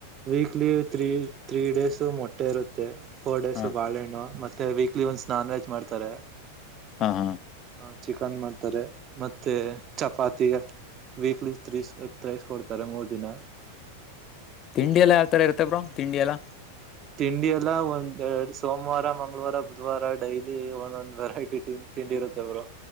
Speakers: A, on the right; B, on the left.
A: ವೀಕ್ಲಿ ತ್ರಿ ತ್ರೀ ಡೇಸು ಮೊಟ್ಟೆ ಇರುತ್ತೆ ಫೋರ್ ಡೇಸು
B: ಹ
A: ಬಾಳೆಣ್ಣು ಮತ್ತೆ ವೀಕ್ಲಿ ವನ್ಸ್ ನಾನ್ ವೆಜ್ ಮಾಡ್ತಾರೆ
B: ಹಾ ಹಾ
A: ಹ ಚಿಕನ್ ಮಾಡ್ತಾರೆ ಮತ್ತೆ ಚಪಾತಿ ವೀಕ್ಲಿ ತ್ರೀಸ್ ತ್ರೈಸ್ ಕೊಡ್ತಾರೆ ಮೂರ್ ದಿನ
B: ತಿಂಡಿ ಎಲ್ಲ ಯಾವ ತರ ಇರುತ್ತೆ ಬ್ರೋ ತಿಂಡಿ ಎಲ್ಲ
A: ತಿಂಡಿ ಎಲ್ಲ ಒಂದ್ ಎರಡು ಸೋಮವಾರ ಮಂಗಳವಾರ ಬುಧವಾರ ಡೈಲಿ ಒಂದೊಂದು್ ವೆರೈಟಿ ತಿಂಡಿ ಇರುತ್ತೆ ಬ್ರೋ